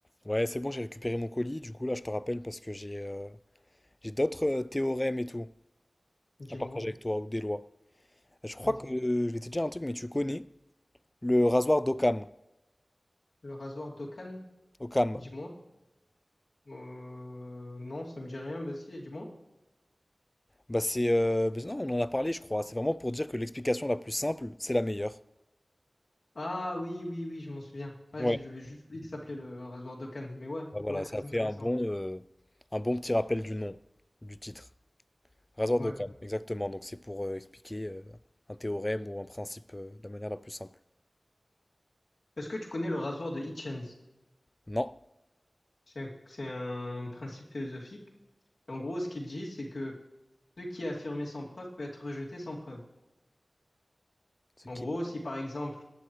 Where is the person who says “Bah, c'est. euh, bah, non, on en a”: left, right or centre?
Left